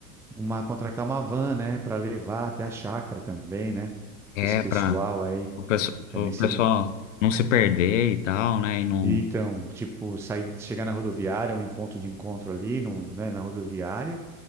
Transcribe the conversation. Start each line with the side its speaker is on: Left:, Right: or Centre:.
Centre: uma, contratar uma van, né, para levar até a chácara também, né?
Left: É,
Centre: Esse pessoal
Left: para
Centre: aí
Left: o pesso-
Centre: também
Left: pro
Centre: seria.
Left: pessoal não se perder e tal, né? E não...
Centre: E então, tipo, sair, chegar na rodoviária, um ponto de encontro ali, num, né, na rodoviária